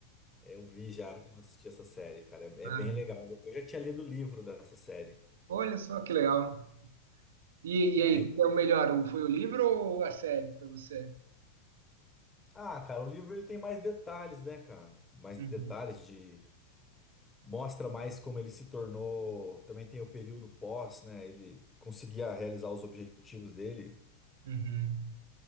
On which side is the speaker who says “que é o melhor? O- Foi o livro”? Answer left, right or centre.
Right